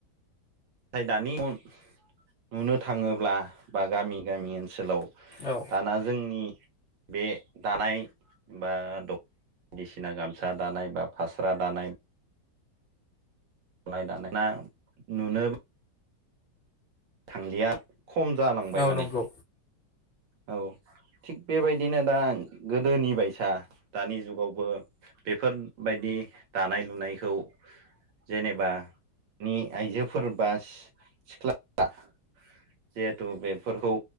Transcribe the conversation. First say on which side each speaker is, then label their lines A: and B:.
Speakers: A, on the right; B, on the left.
A: नाथाय दानि नुनो थाङोब्ला बा गामि गामि ओनसोलाव
B: औ
A: दाना जोंनि बे दानाय बा दख'ना बायदिसिना गामसा दानाय बा फास्रा दानाय लुनाय दानाय ना नुनो थांलिया खम जालांबाय
B: औ
A: माने।
B: नंगौ
A: औ थिग बेबायदिनो दा गोदोनि बायसा दानि जुगावबो बेफोरबायदि दानाय लुनायखौ जेनेबा नि आइजोफोर बा सि- सिख्लाफ्रा जिहेथु बेफोरखौ